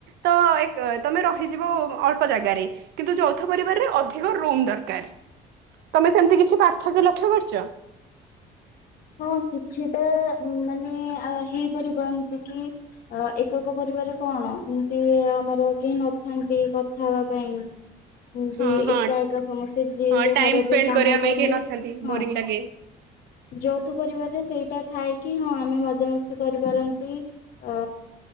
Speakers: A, on the right; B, on the left.
A: ତ ଏକ ତମର ରହିଯିବ ଅଳ୍ପ ଜାଗାରେ କିନ୍ତୁ ଯୌଥ ପରିବାରରେ ଅଧିକ ରୁମ ଦରକାର। ତମେ ସେମିତି କିଛି ପାର୍ଥକ୍ୟ ଲକ୍ଷ୍ୟ କରିଛ।
B: ହଁ କିଛିଟା ମାନେ ହେଇପାରିବ ଏମିତି କି। ଅ ଏକକ ପରିବାର କଣ ଏମିତି ଆମର କେହି ନଥାନ୍ତି କଥା ହେବା ପାଇଁ।
A: ଆଚ୍ଛା
B: ଏମତି
A: ହଁ ହଁ
B: ଏକା
A: ହଁ
B: ଏକା ସମସ୍ତେ ଯିଏ ଯାହାର
A: ଟାଇମ ସ୍ପେଣ୍ଡ
B: ବି କାମ
A: କରିବା ପାଇଁ
B: କଲେ
A: କେହି ନଥାନ୍ତି
B: ହଁ
A: ବୋରିଂ ଲାଗେ।
B: ଯୌଥ ପରିବାରରେ ସେଇଟା ଥାଏ କି ହଁ ଆମେ ମଜାମସ୍ତି କରିପାରନ୍ତି। ଅ